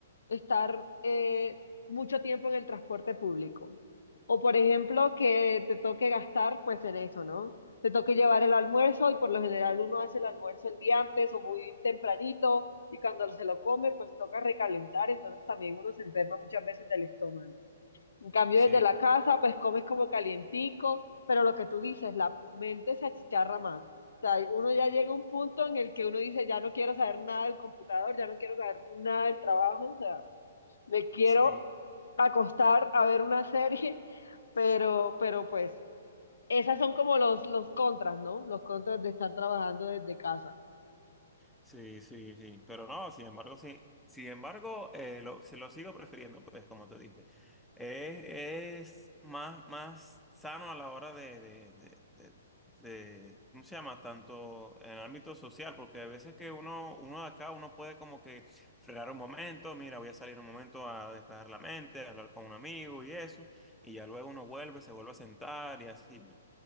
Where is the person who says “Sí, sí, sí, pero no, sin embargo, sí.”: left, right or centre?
Centre